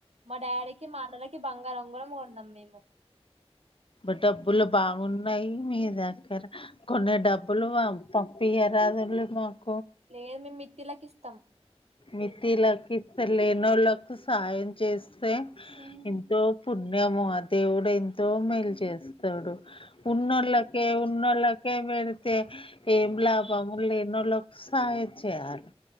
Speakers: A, on the right; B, on the left.
A: మా డాడీకి మా అన్నలకి బంగారు ఉంగరం కొన్నాం మేము.
B: ఇ డబ్బులు బాగున్నాయి మీ దగ్గర కొన్ని డబ్బులు పంపియ రాదులు పం
A: లేదు మేమ్ మితిలాకి ఇస్త త్తం
B: మితిలా కిస్తలే ఇన్నోలకు సహాయం చేస్త
A: ఉమ్,
B: ఎంతో పుణ్యం దేవుడు దోమేలు చేస్తాడు ఉన్నోళ్ళకే ఉన్నోళ్ళకే పెడీ తే ఏం లాభములు లేన్నోళ్ళ సాయం చేయాలి